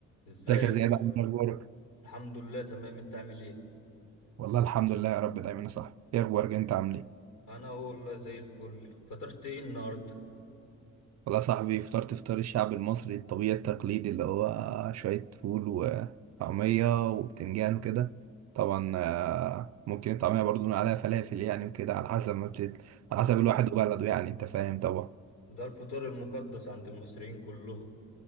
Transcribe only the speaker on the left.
ازيك
الحمد لله تمام انت عامل ايه
انا هو والله زي الفل فطرت ايه النهارده
ده الفطار المقدس عند المصريين كلهم